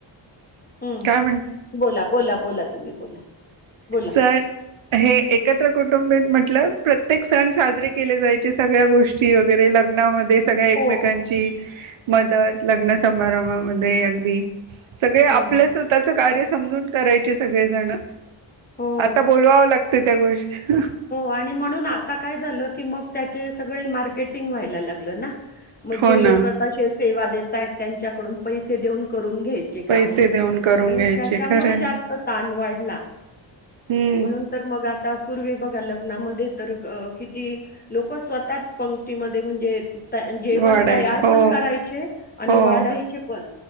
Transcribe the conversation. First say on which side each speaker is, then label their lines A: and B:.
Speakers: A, on the left; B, on the right.
A: हम्म
B: काय
A: बोला बोला बोला तुम्ही! बोला. बोला.
B: सर हे एकत्र कुटुंबी म्हटलं प्रत्येक सण साजरे केले जाचे सगळ्या गोष्टी वगैरे लग्न सगळ्या एकमेकांची
A: हो,
B: मदत लग्न समारंभामध्ये अगदी सगळे आपल्या
A: हो,
B: स्वतःच कार्य समजून करायचे सगळेजण.
A: हो
B: आता बोलवावं लागते त्या गोष्टी
A: आणि म्हणून आता काय झाल की मग त्याची सगळी मार्केट व्हायला लागली ना, म
B: हो
A: जे
B: ना
A: लोक आता शेत सेवा देेतय त्यांच्याकडून पैसे देऊन कर रुन घ्यायचे काम
B: पैसे देऊन करून
A: आणि
B: घ्यायचे
A: त्यामुळे
B: खरं
A: जास्त ताण वाढला
B: हम्म
A: म्हणून तर मग आता पूर्वी बघा लग्नामध्ये तर किती लोक स्वतःच पंक्तीमध्ये म्हणजे जेवण
B: वाढायचे
A: तयार
B: हो
A: पण करायचे आणि
B: हो
A: वाढायचे पण.